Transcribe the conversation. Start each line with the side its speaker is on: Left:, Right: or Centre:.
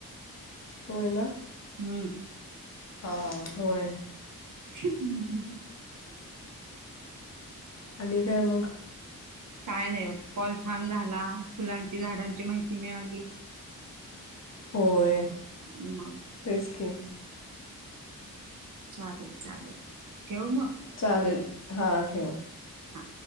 Left: हो ना
Right: हम्म
Left: ह होर
Right: ह ह
Left: आणि काय मग
Right: काय नाही बघ कॉल छान झाला फुलांची झाडांची माहिती मिळाली
Left: होय
Right: ह्
Left: तेस क
Right: चालेल चालेल ठव म
Left: चालेल हा ठेव
Right: हा